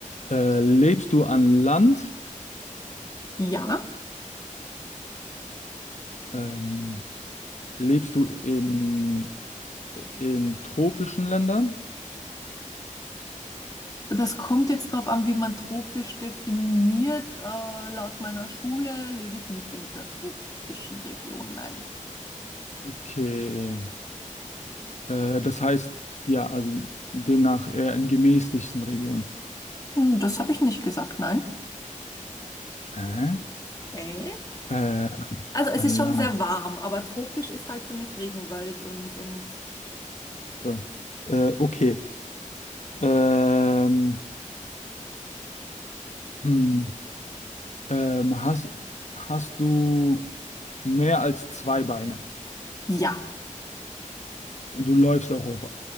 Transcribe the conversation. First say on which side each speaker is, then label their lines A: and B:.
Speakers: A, on the left (about 60°); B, on the left (about 25°).
A: Äh, lebst du an Land?
B: Ja.
A: Ähm, Lebst du in, in tropischen Ländern?
B: Das kommt jetzt drauf an, wie man tropisch definiert. Äh, laut meiner Schule lebe ich nicht in der tropischen Region, nein.
A: Okay. Äh, das heißt, ja, also demnach eher in gemäßigten Regionen.
B: Hm, Das habe ich nicht gesagt, nein.
A: Hä?
B: Äh?
A: Äh,
B: Also es
A: an
B: ist schon
A: Land.
B: sehr warm, aber tropisch ist halt für mich Regenwald und, und
A: So. Äh, okay. Ähm, hm. Ähm, hast, hast du mehr als zwei Beine?
B: ja,
A: Du läufst auch auf